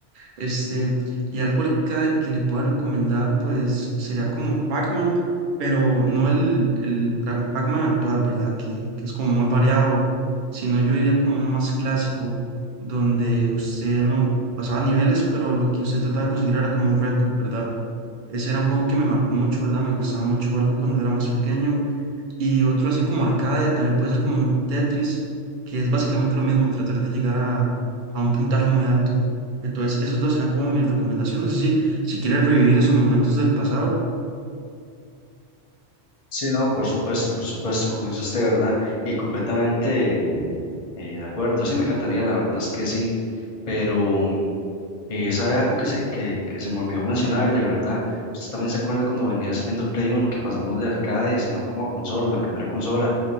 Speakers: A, on the right; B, on the left.
A: Este, y algo arcade que le pueda recomendar, pues sería como Pac-Man, pero no el, el Pac- Pac-Man actual, ¿verdad? Que, que es como muy variado, sino yo diría como uno más clásico, donde usted no pasaba niveles, pero lo que usted trataba de conseguir era como un récord, ¿verdad? Ese era un juego que me marcó mucho, ¿verdad? Me gustaba mucho jugarlo cuando era más pequeño y otro así como arcade, también puede ser como un Tetris, que es básicamente lo mismo, tratar de llegar a, a un puntaje muy alto. Entonces, esos dos serán como mis recomendaciones. Eso sí, si quieres revivir esos momentos del pasado,
B: Sí, no, por supuesto, por supuesto, como dice usted, ¿verdad? Y completamente Eh, de acuerdo, sí, me encantaría, la verdad es que sí, pero mm, eh, ¿sabe algo que se, que, que se me olvidó mencionarle, verdad? Usted también se acuerda cuando venía saliendo el Play Uno que pasamos de arcade, sino como a consola, la primera consola.